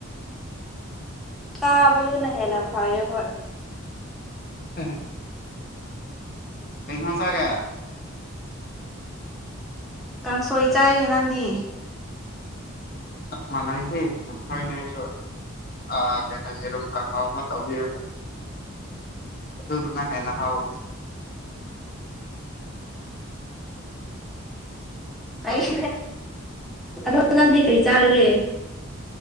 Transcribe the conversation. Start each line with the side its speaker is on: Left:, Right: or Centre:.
Centre: ꯇꯥꯕꯗꯨꯅ ꯍꯦꯟꯅ ꯐꯩꯌꯦ ꯍꯣꯏ
Left: ꯍꯝ ꯀꯩꯚꯥꯟꯁꯒꯦ
Centre: ꯀꯥꯡꯁꯣꯏ ꯆꯥꯏ ꯅꯪꯗꯤ
Left: ꯃꯅꯥꯥꯏꯦꯩꯅ ꯍꯥꯏ ꯑ ꯀ ꯀ ꯇꯧꯕꯤꯔꯒ ꯑꯗꯨꯗꯨꯅ ꯍꯦꯟꯅ ꯍꯥꯎꯋꯅꯤ
Centre: ꯑꯩꯁꯤ ꯑꯗꯣ ꯅꯪꯗꯤ ꯀꯔꯤ ꯆꯥꯔꯒꯦ